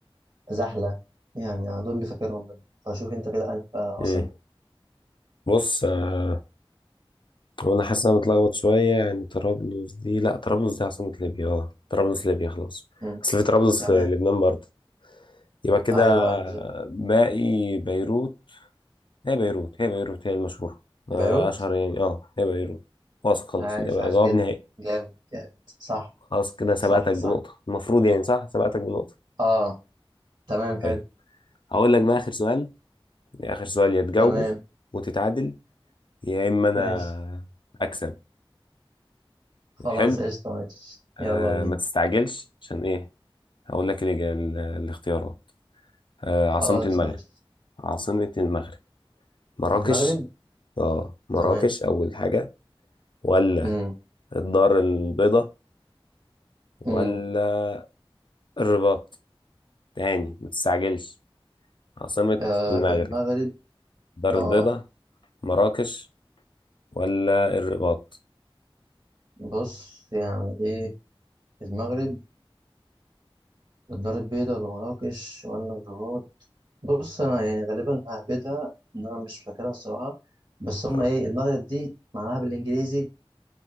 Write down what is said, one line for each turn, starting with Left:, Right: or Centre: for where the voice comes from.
Right: زحله يعني دول اللي فاكرهم منهم فشوف انت كده انهي بقى
Left: مم.
Right: عاصمه
Left: بص آه، وانا حاسس ان انا متلخبط شويه يعني طرابلس دي لا طرابلس دي عاصمه ليبيا اه طرابلس ليبيا خلاص
Right: أمم.
Left: اصل في طرابلس
Right: تمام
Left: في لبنان برضه يبقى كده
Right: ايوه ايوه بالظبط.
Left: باقي بيروت هي بيروت هي بيروت هي المشهوره
Right: بيروت
Left: آه، اشهر يعني اه هي بيروت واثق خلاص
Right: عايش
Left: يبقى
Right: عايش
Left: جواب
Right: جدا
Left: نهائي
Right: جامد جامد صح
Left: خلاص كده سبقتك
Right: صح صح
Left: بنقطه المفروض يعني صح سبقتك بنقطه
Right: اه تمام
Left: طيب
Right: حلو
Left: هقول لك بقى اخر سؤال اخر سؤال يا تجاوبه
Right: تمام
Left: وتتعادل يا اما انا
Right: ماشي
Left: اكسب
Right: خلاص
Left: حلو
Right: قشطة ماشي
Left: آه
Right: يلا بينا
Left: ما تستعجلش عشان ايه هقول لك الإجا- ال- الاختيارات آه
Right: خلاص
Left: عاصمة المغرب
Right: ماشي
Left: عاصمة المغرب مراكش
Right: المغرب
Left: اه مراكش
Right: تمام
Left: أول حاجة ولا
Right: امم
Left: الدار البيضاء
Right: امم
Left: ولا الرباط تاني ما تستعجلش عاصمة
Right: آه
Left: المغرب
Right: المغرب
Left: الدار
Right: اه
Left: البيضاء مراكش ولا الرباط
Right: بص يعني ايه المغرب الدار البيضاء ولا مراكش ولا الرباط بص انا يعني غالبا ههبدها ان انا مش فاكرها الصراحة بس هما
Left: اه
Right: ايه المغرب دي معناها بالانجليزي